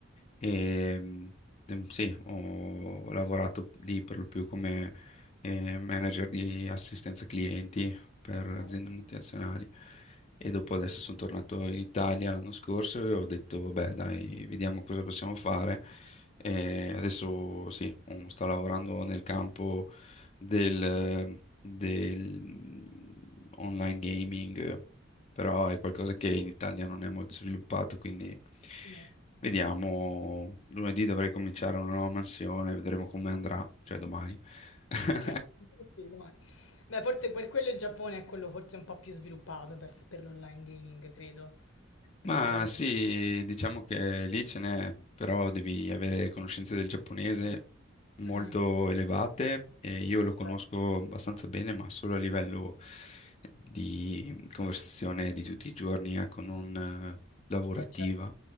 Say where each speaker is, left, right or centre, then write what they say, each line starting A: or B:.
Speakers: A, on the left (about 30°); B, on the left (about 80°).
A: E,
B: Mhm,
A: ehm, sì, ho lavorato lì per lo più come eh, manager di assistenza clienti per
B: Ok.
A: aziende multinazionali. E dopo adesso sono tornato in Italia l'anno scorso e ho detto, beh, dai, vediamo cosa possiamo fare. E adesso sì, um, sto lavorando nel campo del, del, mm, online gaming, però è qualcosa che in Italia non è molto sviluppato, quindi
B: mm.
A: vediamo. Lunedì dovrei cominciare una nuova mansione, vedremo come andrà, cioè domani. <laughs>
B: Ok, <laughs> sì, domani. Beh, forse per quello il Giappone è quello forse un po' più sviluppato per, per l'online gaming, credo, tra
A: Ma
B: i vari...
A: sì, diciamo che lì ce n'è, però devi avere conoscenze del giapponese molto
B: Mm,
A: elevate e io
B: eh,
A: lo conosco
B: certo.
A: abbastanza bene, ma solo a livello di conversazione di tutti i giorni, ecco, non eh, lavorativa.
B: Beh, certo.